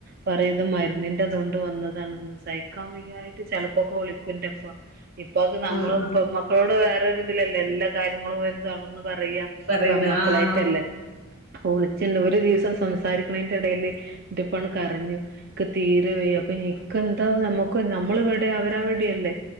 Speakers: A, on the right; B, on the right.
A: പറയും മര്ന്നിന്റെ തോണ്ട് വന്നതാണ് സൈക്കാൻ വെയ്യായിട്ട് ചെലപ്പോക്കെ വിളിക്കുന്റെപ്പ ഇപ്പാക്ക് നമ്മളും
B: ആഹ് ആഹ്
A: പെമക്കളോട് വേറൊരു ഇതിലല്ലേ എല്ലാ കാര്യങ്ങളും വര് തോർന്ന് പറയ്യാ
B: പറയുന്ന
A: പെമക്കളായിട്ടല്ലേ
B: ആഹ്
A: ഇപ്പൊ വിളിച്ച്ണ്ട് ഒരു ദിവസം സം സാരിക്ക്‌ണെന്റെ എടില് ഇന്റപ്പണ്ട് കരഞ്ഞു ഇൻക്ക്‌ തീരെ വയ്യ അപ്പൊ ഇന്കെന്താ നമ്മുക്ക് നമ്മള് ഇവിടെ അവര് അവിടിം അല്ലേ